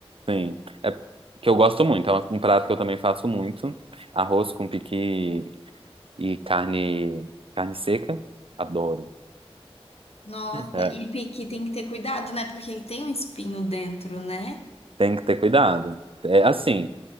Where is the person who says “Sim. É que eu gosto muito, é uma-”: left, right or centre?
Right